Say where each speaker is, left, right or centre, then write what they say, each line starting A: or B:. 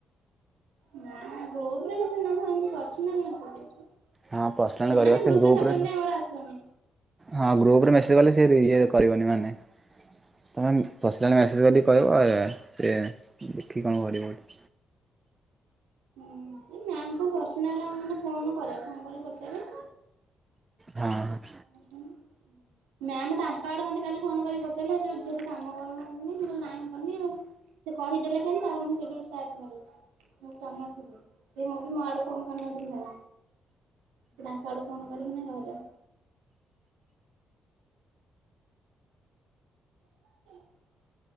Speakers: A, on the right (about 70°); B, on the right (about 25°).
A: ନା ଗ୍ରୁପ ରେ ମସେଜ ନୁହେଁ ନା ଏମିତି ପ୍ରସନାଲ ମେସେଜ ଜାଉଛି।
B: ହଁ ପର୍ସନାଲ
A: ସେମାନେ
B: କରିବା ସେ
A: ଗ୍ରୁପ
B: ଗ୍ରୁପରେ
A: ରେ ଛାଡୁ ଛନ୍ତି ଯେ ମୋର ଆସୁନି।
B: ହଁ ଗ୍ରୁପ ରେ ମେସଜ୍ କଲେ ସେ ଇଏ କରିବନି ମାନେ? ତମେ ପର୍ସନାଲ୍ ମେସେଜ୍ କରିକି କହିବ ଆର୍ ସେ ଦେଖିକି କଣ କରିବ ଗଟେ।
A: ହୁଁ ସେ ମ୍ୟାମ କୁ ପର୍ସନାଲ ନ ମାନେ ଫୋନ କରେ ଫୋନ କରି ପଚାରେ।
B: ହଁ ହଁ।
A: ଉଁ ହୁଁ। ମ୍ୟାମ ତାଙ୍କ ଆଡୁ ମତେ କାଲି ଫୋନ କରି ପଚାରିଲେ ଝିଅ ତୁ କାମ କରୁନୁ ମୁଁ କହିଲି ନାଇଁ ମୁଁ କରୁନି। ସେ କହିଦେଲେ କେମିତି ତାପରେ ମୁଁ ସେଠୁ ଷ୍ଟାର୍ଟ ମାରିଲି। ମୁଁ କରିନଥିଲି ସେ ମୁଁ ବି ମୋଆଦୁ ଫୋନ୍ କରିନଥିଲି ମୁଁ ସେ ତାଙ୍କ ଆଡୁ ଫୋନ କରିକିନା ଘର ଓକେ।